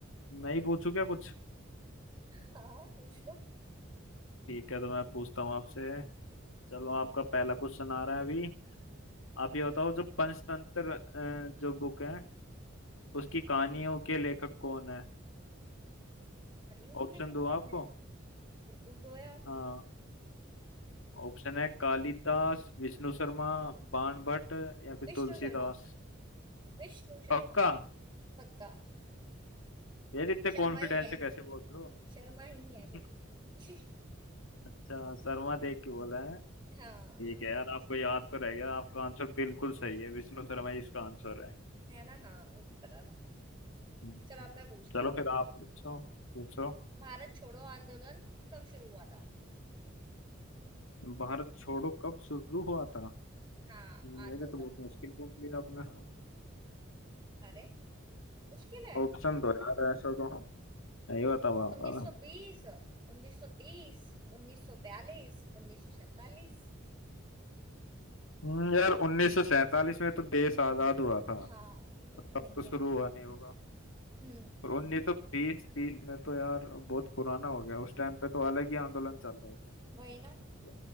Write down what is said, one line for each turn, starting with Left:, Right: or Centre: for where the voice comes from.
Left: मैं ही पूछूं क्या कुछ
Right: हाँ हाँ, पूछ लो
Left: ठीक है तो मैं पूछता हूँ आपसे चलो आपका पहला क्वेश्चन आ रहा है अभी आप ये बताओ जो पंचतंत्र अ, जो बुक है उसकी कहानियों के लेखक कौन है
Right: हानियों के
Left: ऑप्शन
Right: लेखक
Left: दूं
Right: कौन
Left: आपको
Right: है बिल्कुल दो यार
Left: हाँ ऑप्शन है कालिदास विष्णु शर्मा बाण भट्ट या फिर
Right: विष्णु
Left: तुलसीदास
Right: शर्मा विष्णु शर्मा
Left: पक्का
Right: पक्का
Left: यार इतने
Right: शर्मा
Left: कॉन्फिडेंस
Right: ही है
Left: से कैसे
Right: कोई
Left: बोल रहे
Right: शर्मा ही है कोई
Left: हो <laughs>
Right: <laughs>
Left: अच्छा शर्मा देख के बोला है
Right: हाँ
Left: ठीक है यार आपको याद तो रह गया आपका आंसर बिल्कुल सही है विष्णु शर्मा ही इसका आंसर है
Right: है ना हाँ मुझे पता था
Left: हम्म।
Right: चलो अब मैं पूछती
Left: चलो
Right: हूँ
Left: फिर आप पूछो पूछो
Right: भारत छोड़ो आंदोलन कब शुरू हुआ था
Left: भारत छोड़ो कब शुरू हुआ था
Right: हाँ
Left: मेरे
Right: आंदोलन
Left: तो बहुत मुश्किल पूछ लिया आपने
Right: अरे मुश्किल है
Left: ऑप्शन दो यार ऐसा तो नहीं बता पाऊंगा
Right: 1920
Left: मैं।
Right: 1930 1942 1947
Left: हम्म, यार उन्नीस सौ सैंतालीस में तो देश आजाद हुआ था
Right: हाँ वो
Left: तब
Right: तो नहीं
Left: तो शुरू
Right: है
Left: हुआ नहीं होगा
Right: हम्म
Left: और 1920 30 में तो यार बहुत पुराना हो गया उस टाइम पे तो अलग ही आंदोलन चल रहे थे
Right: वही ना
Left: तो